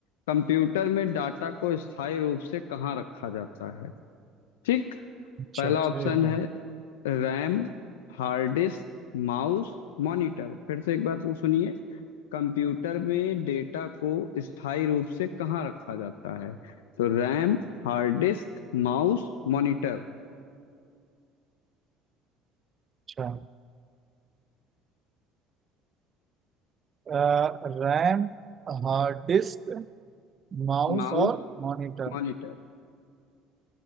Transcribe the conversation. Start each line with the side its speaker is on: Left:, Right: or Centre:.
Left: कंप्यूटर में डाटा को स्थायी रूप से कहाँ रखा जाता है ठीक
Right: अच्छा
Left: पहला
Right: ठीक
Left: ऑप्शन है
Right: है
Left: RAM hard disk mouse monitor फिर से एक बार पूछ सुनिए कंप्यूटर में डेटा को स्थायी रूप से कहाँ रखा जाता है तो RAM hard disk mouse monitor
Right: अच्छा अ, रैम हार्ड डिस्क माउस
Left: Mouse
Right: और मॉनिटर
Left: monitor